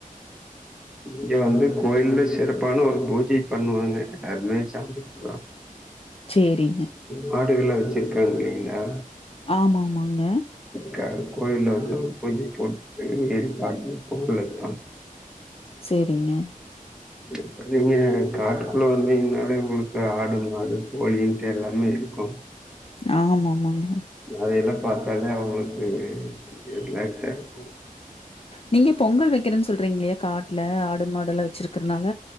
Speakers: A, in the centre; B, on the left.
A: இங்க வந்து கோயில்ல சிறப்பான ஒரு பூஜை பண்வாங்க <unintelligible>
B: ச்சேரிங்க
A: மாடுகல்லா வச்சிருக்காங் இல்லங்ளா
B: ஆமா மாங்க
A: க்க கோயில வந்து பூஜ போட்டு <inaudible> போலத்தா
B: செரிங்க
A: இப்ப நீங்க காட்க்குள்ள வந்தீங்கனாலே உங்களுக்கு ஆடு மாடு கோழின்ட்டு எல்லாமே இருக்கு
B: ஆமாமாங்க
A: அதயெல்லா பாத்தாலே அவுங்களுக்கு ஒரு கொஞ்சோ ரிலாக்ஸாருக்கு
B: நீங்க பொங்கல் வக்கிறேன் சொல்றீங்கலே காட்ல ஆடு மாடல்லா வச்சிருக்குறனால